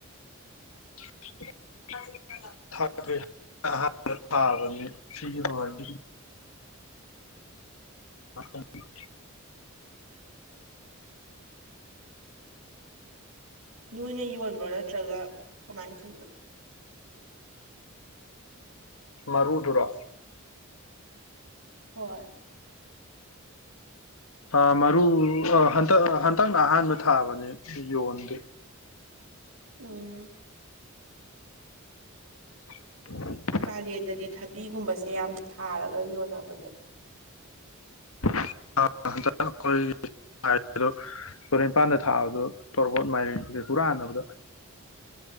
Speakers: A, on the left (about 80°); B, on the right (about 75°).
A: <unintelligible> <unintelligible> ꯊꯥꯛꯗ꯭ꯔꯤ ꯑꯍꯥꯟꯕ ꯊꯥꯕꯅꯤ ꯁꯤꯒꯤ ꯑꯣꯏꯗꯤ <unintelligible>
B: ꯅꯣꯏꯅ ꯌꯣꯟꯕ꯭ꯔꯣ ꯅꯠꯇ꯭ꯔꯥꯒ ꯀꯃꯥꯏꯟ ꯇꯩꯅꯣ
A: ꯃꯔꯨꯗꯨꯔꯣ
B: ꯍꯣꯏ
A: ꯎꯥ ꯃꯥꯔꯨ ꯔꯣ ꯍꯟꯇꯛ ꯑꯥ ꯍꯟꯇꯛꯅ ꯑꯍꯥꯟꯕ ꯊꯥꯕꯅꯤ ꯌꯣꯟꯗꯦ
B: ꯎꯝ
A: <unintelligible>
B: ꯀꯥꯂꯦꯟꯗꯗꯤ ꯊꯕꯤꯒꯨꯝꯕꯁꯦ ꯌꯥꯝ ꯊꯥꯔꯒ ꯌꯣꯟꯅꯕꯅꯦ
A: <unintelligible> ꯇꯨꯔꯦꯟ ꯄꯥꯟꯗ ꯊꯥꯕꯗꯨ ꯇꯣꯔꯕꯣꯠ ꯃꯥꯏꯔꯦꯟ ꯁꯤꯡꯖꯦ ꯍꯨꯔꯥꯟꯅꯕꯗ